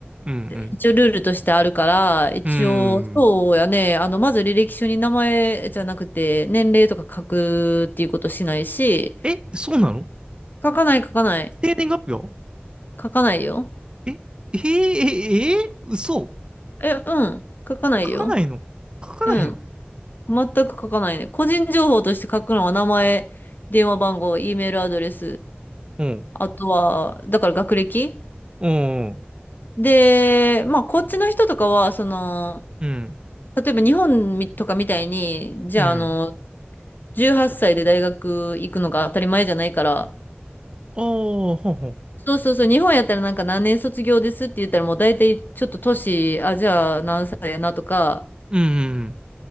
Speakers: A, on the right; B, on the left.
A: うん、
B: 一応ルールとしてあるから、一応、
A: うん。
B: そうやね、あの、まず履歴書に名前じゃなくて、年齢とか書くっていうことしないし、
A: え、そうなの
B: 書かない書かない。
A: 生年月日は
B: 書かないよ。
A: え、えー、えー、えー、嘘。
B: え、うん。書かないよ。
A: 書かないの書かないの
B: うん。全く書かないね。個人情報として書くのは名前、電話番号、E メールアドレス、
A: うん、
B: あとは、だから学歴
A: うん、
B: で、まあ、こっちの人とかは、その、
A: うん、
B: 例えば日本みとかみたいに、じゃあ、
A: うん。
B: あの、18歳で大学行くのが当たり前じゃないから、
A: ああ、ほうほう。
B: そうそうそう、日本やったらなんか何年卒業ですって言ったらもう大体ちょっと年、あ、じゃあ何歳やなとか、
A: うん、